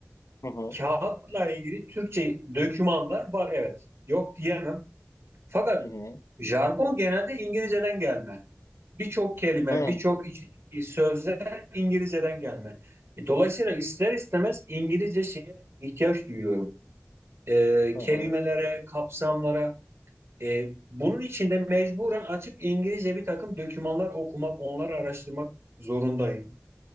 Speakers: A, on the left; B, on the right.
A: Hı hı
B: Kağıtla ilgili Türkçe dokümanlar var evet. Yok diyemem. Fakat
A: hı
B: jargon genelde İngilizceden gelme. Birçok kelime,
A: hı
B: birçok iç- sözler İngilizceden gelme. E, Dolayısıyla ister istemez İngilizce şeye ihtiyaç duyuyorum. E,
A: hı
B: kelimelere, kapsamlara. E, bunun için de mecburen açıp İngilizce bir takım dokümanlar okumak, onları araştırmak zorundayım.